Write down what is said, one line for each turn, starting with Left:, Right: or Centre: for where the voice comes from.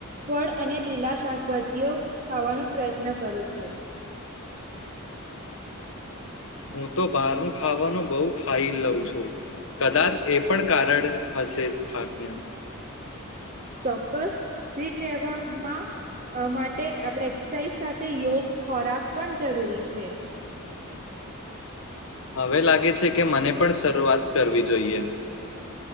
Right: ફળ અને લીલા શાકભાજીઓ ખાવાનો પ્રયત્ન કરું છું.
Left: હું તો બહારનું ખાવાનું બહુ ખાઈ લઉં છું કદાચ એ પણ કારણ હશે થાકને
Right: ચોક્કસ ફિટ રહેવામાં માટે આપણે એક્સરસાઇઝ સાથે યોગ ખોરાક પણ જરૂરી છે.
Left: હવે લાગે છે કે મને પણ શરૂઆત કરવી જોઈએ.